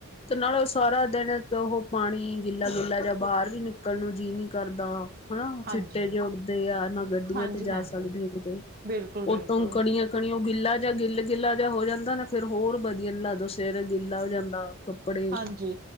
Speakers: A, on the left; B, on the right.
A: ਤੇ ਨਾਲ ਉਹ ਸਾਰਾ ਦਿਨ ਉਹ ਪਾਣੀ ਗਿੱਲਾ ਗਿੱਲਾ ਜਿਹਾ ਬਾਹਰ ਵੀ ਨਿਕਲਣ ਨੂੰ ਜੀਅ ਨੀ ਕਰਦਾ ਹਨਾ
B: ਹਾਂਜੀ
A: ਛਿਟੇ ਜੇ ਉੱਡਦੇ ਆ ਨਾ ਗੱਡੀਆਂ
B: ਹਾਂਜੀ
A: ਤੇ ਜਾ
B: ਹਾਂਜੀ
A: ਸਕਦੇ ਆ ਕਿਤੇ
B: ਬਿਲਕੁਲ ਬਿਲਕੁਲ
A: ਉੱਤੋਂ ਕਨੀਆਂ ਕਣੀ ਉਹ ਗਿੱਲਾ ਜਿਹਾ ਗਿੱਲ ਗਿੱਲਾ ਜਿਹਾ ਹੋ ਜਾਂਦਾ ਨਾ ਫੇਰ ਹੋਰ ਵਧੀਆ ਨਹੀਂ ਲੱਗਦਾ ਸਿਰ ਗਿੱਲਾ ਹੋ ਜਾਂਦਾ। ਕੱਪੜੇ
B: ਹਾਂਜੀ